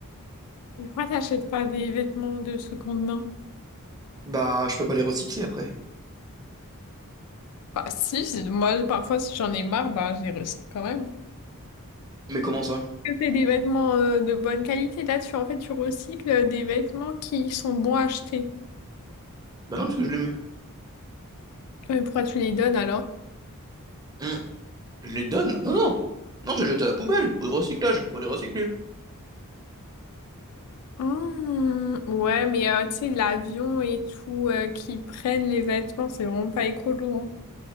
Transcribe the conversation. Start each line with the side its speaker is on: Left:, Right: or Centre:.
Left: Et pourquoi t'achètes pas des vêtements de seconde main?
Right: Bah je peux pas les recycler après.
Left: Bah, si, si, moi, parfois, si j'en ai marre, bah, je les recycle quand même.
Right: Mais comment ça?
Left: Que t'es des vêtements euh, de bonne qualité, là, tu, en fait, tu recycles euh, des vêtements qui sont bons à acheter.
Right: Bah non, parce que je les mets.
Left: Ouais, Mais pourquoi tu les donnes alors?
Right: Hmm, Je les donne? Non, non! Non, je les jette à la poubelle, au recyclage, pour les recycler.
Left: Mmh, ouais, mais euh, tu sais, l'avion et tout, euh, qui prennent les vêtements, c'est vraiment pas écolo. hein.